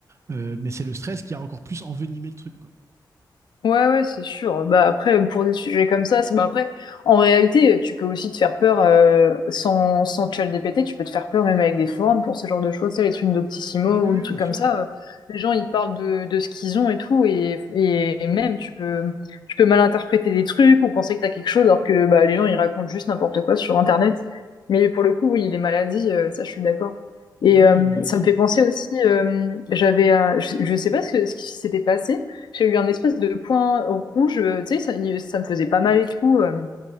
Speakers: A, on the right (about 40°); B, on the left (about 75°).
A: Euh, mais c'est le stress qui a encore plus envenimé le truc quoi
B: Ouais, ouais, c'est sûr. Bah après, pour des sujets comme ça, c'est bah après, en réalité, tu peux aussi te faire peur euh, sans sans ChatGPT, tu peux te faire peur même avec des forums pour ce genre de choses, tu sais, les trucs d'Optissimo
A: bah
B: ou
A: oui oui
B: les trucs
A: bien
B: comme
A: sûr
B: ça. euh, les gens, ils parlent de de ce qu'ils ont et tout, et et et même tu peux tu peux mal interpréter des trucs ou penser que t'as quelque chose alors que bah les gens ils racontent juste n'importe quoi sur Internet. Mais pour le coup, oui, les maladies, euh, ça, je suis d'accord. Et
A: ouais
B: euh,
A: les maladies
B: ça me
A: ouais
B: fait penser aussi, euh, j'avais, euh, je, je sais pas ce que- ce qui s'était passé j'ai eu un espèce de point rouge, euh, tu sais, ça, ça me faisait pas mal et tout. euh,